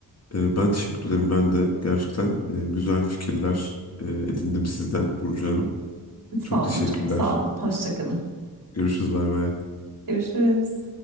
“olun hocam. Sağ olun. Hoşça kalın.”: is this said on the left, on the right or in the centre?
Right